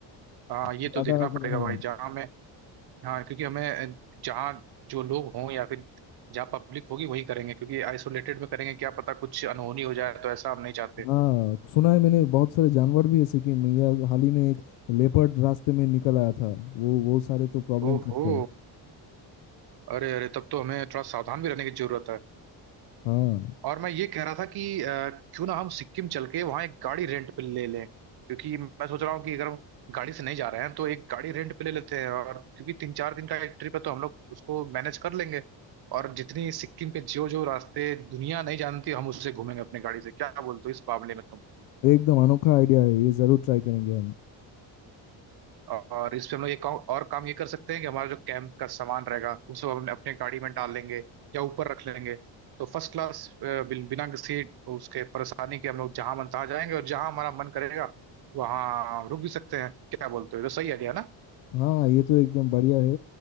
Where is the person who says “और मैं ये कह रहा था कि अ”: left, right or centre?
Right